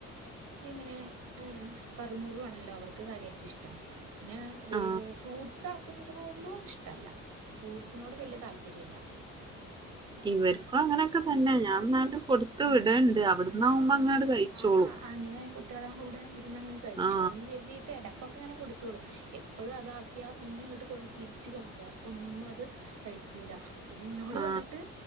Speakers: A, on the right; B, on the right.
A: ഇങ്ങനെ <unintelligible> കറുമുറു ആണല്ലോ അവർക്ക് കാര്യായിട്ട് ഇഷ്ടം പിന്നെ വേ
B: ആ,
A: ഫ്രൂട്ട്സ് ആക്കുന്നത് കൊണ്ടും ഇഷ്ടല്ല ഫ്രൂട്സ്നോടു വല്യ താല്പര്യ ഇല്ല
B: ഇവർക്കും അങ്ങനെ ഒക്കെ തന്നെ. ഞാൻ ഇന്നാലും കൊടുത്ത്
A: ഉം
B: വിട്ണ്ട് അവിട്ന്നാവുമ്പോ
A: ആ
B: അങ്ങട് കഴിച്ചോളും
A: ആ അങ്ങനെ കുട്ട്യേളെ കൂടെ ഇരുന്നങ്ങ് കഴിച്ചോളൂന്ന്
B: ആ,
A: കെര്തിയിട്ടാട ക്കൊക്കെ ഇങ്ങനെ കൊടുത്തോളും. എപ്പഴും അതാക്ക്യാ പിന്നെ ഇങ്ങട്ട് കൊ തിരിച്ച് കൊണ്ട്രരും. അപ്പോം ഒന്നും അത് കഴിക്കൂല. പിന്നെ ഇന്നോട്
B: ആ.
A: വന്നിട്ട്